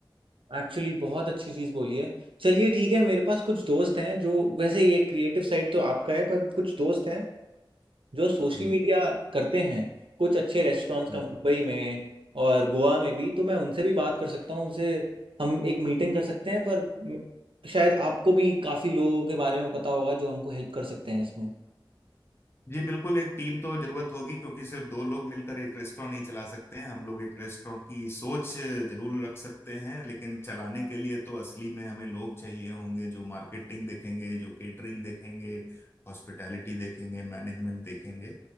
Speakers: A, on the right (about 80°); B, on the left (about 30°).
A: एक्चुअली बहुत अच्छी चीज बोली है चलिए ठीक है मेरे पास कुछ दोस्त हैं जो वैसे ये क्रिएटिव साइड तो आपका है पर कुछ दोस्त हैं जो सोशल
B: जी
A: मीडिया करते हैं कुछ अच्छे रेस्टोरेंट्स
B: हम्म।
A: का मुंबई में और गोवा में भी तो मैं उनसे भी बात कर सकता हूँ उनसे हम एक मीटिंग कर सकते हैं पर म- शायद आपको भी काफी लोगों के बारे में पता होगा जो हमको हेल्प कर सकते हैं इसमें
B: जी बिल्कुल एक टीम तो जरूरत होगी क्योंकि सिर्फ दो लोग मिलकर एक रेस्टोरेंट नहीं चला सकते हैं हम लोग एक रेस्टोरेंट की सोच जरूर रख सकते हैं लेकिन चलाने के लिए तो असली में हमें लोग चाहिए होंगे जो मार्केटिंग देखेंगे जो केटरिंग देखेंगे हॉस्पिटैलिटी देखेंगे मैनेजमेंट देखेंगे